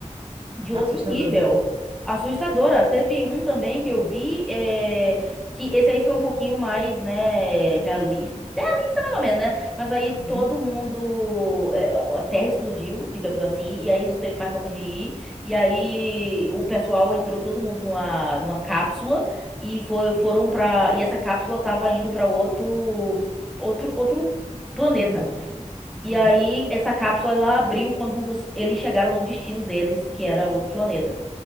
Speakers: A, in the centre; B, on the right.
A: de
B: Assustador,
A: outro nível.
B: né?
A: Assustadora. Teve um também que eu vi, é, que esse aí foi um pouquinho mais, né, realista. Realista mais ou menos, né? Mas aí
B: Uhum.
A: todo mundo, é, a a terra explodiu, digamos assim, e
B: Nossa,
A: aí não teve mais pra onde ir. E aí o pessoal entrou todo mundo numa, numa cápsula e foi, foram pra. e essa cápsula tava indo pra outro, outro, outro planeta.
B: planeta.
A: E
B: Ah,
A: aí, essa cápsula ela abriu quando vo- eles chegaram no destino deles, que era outro planeta.